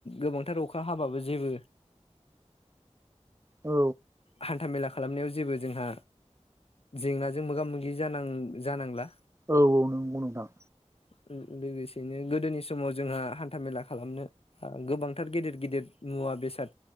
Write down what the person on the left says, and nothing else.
गोबांथार अखा हाबाबो जेबो
हान्थाामेला खालामनायाव जेबो जोंहा जेंनाजों मोगा मोगि जानां जानांला।
ओ लोगोसेनो गोदोनि समाव जोंहा हान्थामेला खालामनो ओ गोबांथार गेदिर गिदिर मुवा बेसाद